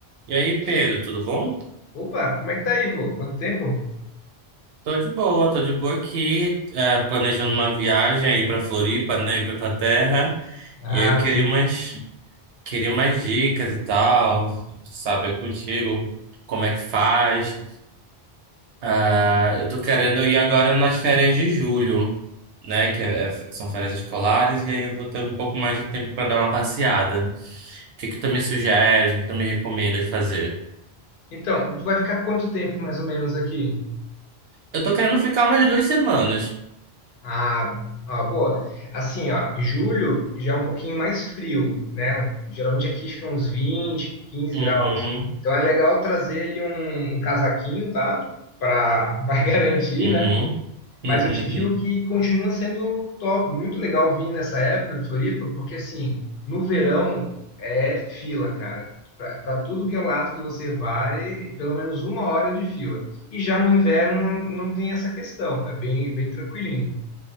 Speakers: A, on the right; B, on the left.
A: E aí, Pedro, tudo bom?
B: Opa, como é que tá aí, vô? Quanto tempo?
A: Tô de boa, tô de boa aqui, eh, planejando uma viagem aí pra Floripa, né, e pra tua terra.
B: Ah,
A: E aí eu queria
B: sim.
A: umas, queria umas dicas e tal, saber contigo como é que faz. Ah, eu tô querendo ir agora nas férias de julho, né, que é- é- são férias escolares, e aí eu vou ter um pouco mais de tempo pra dar uma passeada. O que que tu me sugere, o que que tu me recomenda de fazer?
B: Então, tu vai ficar quanto tempo mais ou menos aqui?
A: Eu tô querendo ficar umas duas semanas.
B: Ah, ah, boa. Assim, ó, julho já é um pouquinho mais frio, né? Geralmente aqui fica uns 20, quinze
A: Uhum,
B: graus. Então é legal trazer ali um, um casaquinho, tá? Para <laughs> para garantir,
A: uhum.
B: né? Mas
A: Uhum.
B: eu te digo que continua sendo top, muito legal vir nessa época em Floripa, porque assim, no verão é fila, cara. Para tudo que é lado que você vai, pelo menos uma hora de fila. E já no inverno não tem essa questão, é bem, bem tranquilinho.